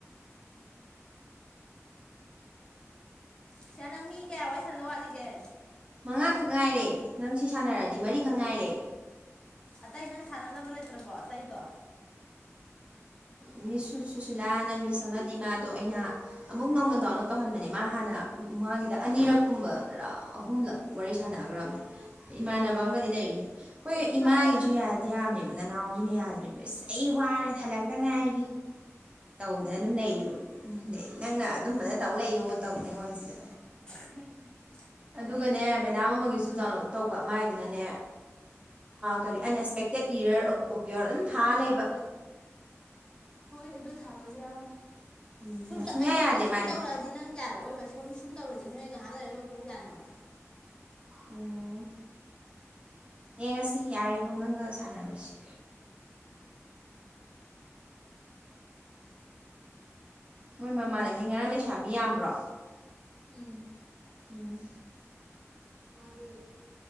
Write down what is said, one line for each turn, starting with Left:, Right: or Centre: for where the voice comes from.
Left: ꯏꯆꯦ <unintelligible> ꯅꯪ ꯃꯤ ꯀꯌꯥ ꯋꯥꯔꯤ ꯁꯥꯟꯅꯗꯧ ꯋꯥꯠꯂꯤꯒꯦ
Right: ꯃꯉꯥꯈꯛ ꯉꯥꯏꯔꯦ ꯅꯪ ꯁꯤ ꯁꯥꯟꯅꯔꯗꯤ ꯃꯔꯤꯈꯛ ꯉꯥꯏꯔꯦ
Left: ꯑꯇꯩ ꯅꯪ ꯁꯥꯟꯅꯅꯕ ꯂꯩꯇ꯭ꯔꯕꯣ ꯑꯇꯩꯗꯣ
Right: ꯃꯤꯁ ꯁꯨꯁꯤꯂꯥꯅ ꯃꯤꯁ ꯑꯃꯗꯤ ꯏꯃꯥꯗꯣ ꯑꯩꯅ ꯑꯃꯨꯛ ꯅꯧꯅ ꯗꯥꯎꯟꯂꯣꯗ ꯇꯧꯍꯟꯕꯅꯦ ꯃꯥ ꯍꯥꯟꯅ ꯃꯥꯒꯤꯗ ꯑꯅꯤꯔꯛꯀꯨꯝꯕꯔ ꯑꯍꯨꯝꯂꯛ ꯋꯥꯔꯤ ꯁꯥꯟꯅꯈ꯭ꯔꯕꯅꯤ ꯏꯃꯥꯟꯅꯕ ꯑꯃꯒꯗꯤ ꯂꯩꯔꯤ ꯍꯣꯏ
Left: ꯑꯗꯨꯝ
Right: ꯏꯃꯥꯒꯤꯁꯨ
Left: ꯍꯥꯞꯄꯛꯑꯣꯗ
Right: ꯌꯥꯗꯤ ꯌꯥꯕꯅꯦꯕ ꯅꯅꯥꯎꯁꯤꯅ ꯌꯥꯗ꯭ꯔꯤꯕ ꯏꯁ ꯑꯩ ꯋꯥꯔꯦ ꯊꯜꯂꯛꯇ ꯉꯥꯏꯔꯤ ꯇꯧꯗꯅ ꯑꯗꯨꯝ ꯂꯩꯔꯤꯕ ꯑꯗꯩ ꯅꯪꯅ ꯑꯗꯨꯝꯕꯗ ꯇꯧ ꯂꯩꯌꯣ ꯇꯧꯗꯅ ꯑꯩꯉꯣꯟꯁꯤꯗ
Left: ꯎ <unintelligible>
Right: ꯑꯗꯨꯒꯅꯦ ꯃꯦꯗꯥꯝ ꯑꯃꯒꯤꯁꯨ ꯗꯥꯎꯟꯂꯣꯗ ꯇꯧꯕ ꯃꯥꯏꯗꯨꯅꯅꯦ ꯀꯔꯤ ꯑꯟꯑꯁꯄꯦꯛꯇꯦꯠ ꯏꯌꯔ ꯑꯣꯀꯦ ꯑꯣꯔ ꯑꯗꯨꯝ ꯊꯥ ꯂꯩꯕ
Left: ꯍꯣꯏ ꯑꯗꯨ ꯊꯥꯕꯁꯨ ꯌꯥꯎꯋꯦ
Right: ꯎꯝ
Left: ꯁꯨꯝ
Right: ꯁꯨꯡꯌꯥ
Left: ꯑꯩꯉꯣꯟꯗ
Right: ꯌꯥꯗꯦ
Left: ꯁꯨꯝ
Right: ꯃꯥꯏꯗꯣ
Left: ꯇꯧꯔꯛꯑꯗꯤ ꯍꯥꯏ ꯅꯪ ꯌꯥꯔꯛꯑꯣꯏꯕ ꯁꯣꯝ ꯁꯨꯝ ꯇꯧꯔꯗꯤ ꯍꯣꯔꯦꯟ ꯉꯥꯏꯍꯥꯛ ꯂꯩꯔꯒꯕꯨꯗꯤ ꯑꯗꯨꯨꯛ ꯌꯥꯅꯕ
Right: ꯎꯝ ꯌꯦꯡꯉꯁꯤ ꯌꯥꯔꯤꯕꯧ ꯅꯪꯒ ꯁꯥꯟꯅꯔꯨꯔꯁꯤ ꯃꯣꯏ ꯃꯃꯥꯟꯅꯕꯤ ꯉꯔꯥꯡ ꯂꯩꯁꯥꯕꯤ ꯌꯥꯝꯕ꯭ꯔꯣ
Left: ꯎꯝ
Right: ꯎꯝ ꯃꯥ <unintelligible>